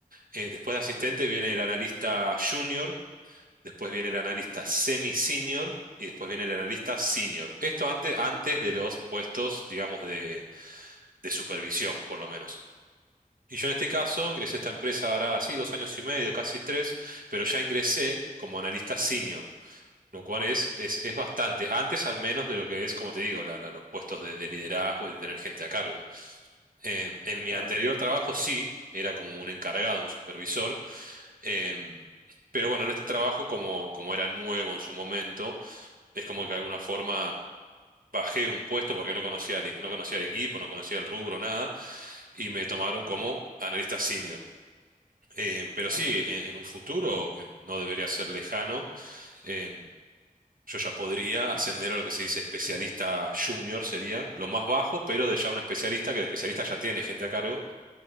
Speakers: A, on the right; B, on the right.
A: Eh, después de asistente
B: Mm,
A: viene el analista junior después viene el analista semi-senior y después viene el analista senior. Esto antes, antes de los puestos, digamos, de, de supervisión, por lo menos. Y yo en este
B: ujú,
A: caso ingresé a esta empresa ahora así dos años y medio, casi tres, pero ya ingresé como analista senior, lo cual es, es, es bastante, antes al menos de lo que es, como te digo, la- la- los puestos de, de liderazgo y de tener gente a cargo. Em, en mi
B: claro,
A: anterior trabajo sí, era como un encargado, un supervisor, em, pero bueno, en este trabajo, como, como era nuevo en su momento, es como que de alguna forma bajé un puesto porque no conocía, al e- no conocía el equipo, no conocía el rubro, nada, y me tomaron
B: ujú,
A: como analista senior. Em, pero
B: vale,
A: sí, en, en un futuro que no debería ser lejano, em, yo ya podría ascender a lo que se dice especialista junior, sería lo más bajo, pero de ya un especialista, que el especialista ya tiene gente a cargo